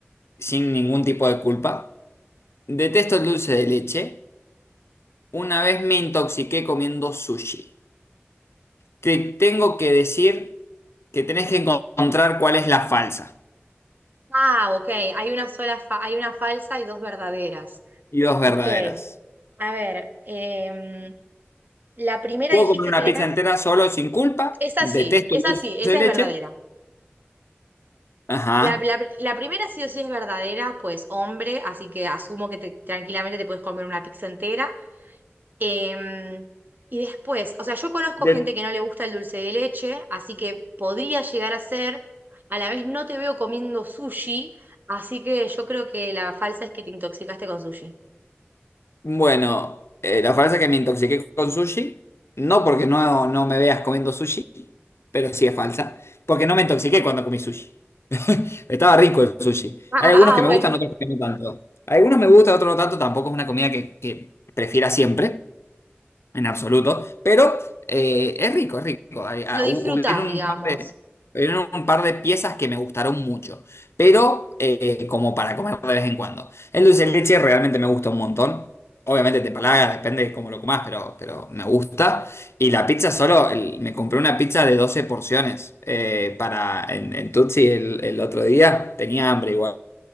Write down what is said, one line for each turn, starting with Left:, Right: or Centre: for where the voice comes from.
Left: sin ningún tipo de culpa. Detesto el dulce de leche. Una vez me intoxiqué comiendo sushi. Te tengo que decir que tenés que encontrar cuál es la falsa
Right: Ah, ok. Hay una sola, fa- hay una falsa y dos verdaderas.
Left: y dos
Right: Ok.
Left: verdaderas.
Right: A ver, em, la primera
Left: Puedo
Right: dijiste
Left: comer una
Right: que
Left: pizza
Right: era.
Left: entera solo sin culpa.
Right: Es así,
Left: Detesto
Right: es
Left: el
Right: así,
Left: dulce
Right: esa
Left: de leche.
Right: es verdadera.
Left: Ajá.
Right: La, la- la primera sí o sí es verdadera, pues hombre, así que asumo que te- tranquilamente te puedes comer una pizza entera. Em, y después, o sea, yo conozco
Left: De-
Right: gente que no le gusta el dulce de leche, así que podría llegar a ser, a la vez no te veo comiendo sushi, así que yo creo que la falsa es que te intoxicaste con sushi.
Left: Bueno, eh, la frase es que me intoxiqué con sushi, no porque no, no me veas comiendo sushi, pero sí es falsa, porque no me intoxiqué cuando comí sushi. Estaba rico el sushi.
Right: Ah,
Left: Hay algunos que
Right: ah,
Left: me
Right: bueno,
Left: gustan, otros que no tanto. Algunos me gustan, otros no tanto, tampoco es una comida que, que prefiera siempre, En absoluto, pero eh, es rico, es rico. Hay- ah,
Right: lo disfrutás,
Left: hu- Hubieron
Right: digamos.
Left: un par de, hubieron un par de piezas que me gustaron mucho, pero eh, como para comer de vez en cuando. El dulce de leche realmente me gusta un montón. Obviamente te palaga, depende de cómo lo comas, pero, pero me gusta. Y la pizza solo, el- me compré una pizza de 12 porciones eh, para, en, en Tutsi el, el otro día. Tenía hambre igual.